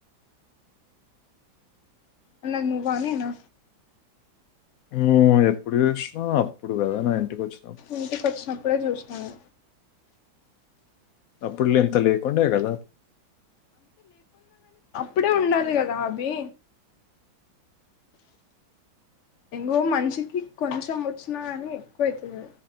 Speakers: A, on the left; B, on the left.
A: <inaudible>
B: అన్నది నువ్వా నేనా
A: నువ్వు ఎప్పుడు యూసినా అప్పుడు కదా నా ఇంటికి వచ్చ
B: ఇంటికి వచ్చినప్పుడే చూసినను
A: ఆప్పుడ్ల ఇంత లేేకండే గద
B: ఇప్పుడే ఉండాలి కదా అబి ఇంగో మంచికి కొంచెం వచ్చినా గని ఎక్కువ అయితది